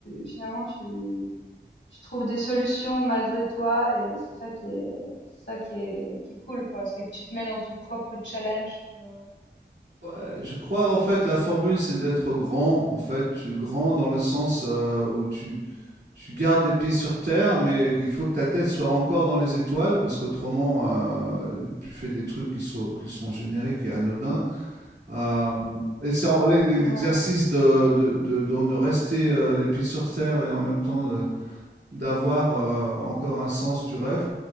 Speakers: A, on the left; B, on the right.
A: finalement tu Tu trouves des solutions malgré toi et c'est ça qui est c'est ça qui est qui est cool quoi, c'est que tu te mets dans ton propre challenge, tu vois.
B: ouais, je crois, en fait, la formule, c'est d'être grand. En fait, tu grand dans le sens euh, où tu, tu gardes les pieds sur terre, mais il faut que ta tête soit encore dans les étoiles, parce qu'autrement, euh, tu fais des trucs qui sont, qui sont génériques et anodins. Euh, et c'est en- l'e- l'exercice
A: Ouais,
B: de, de, de, de- de rester euh, les pieds sur terre et en même temps de- d'avoir euh, encore un sens du rêve.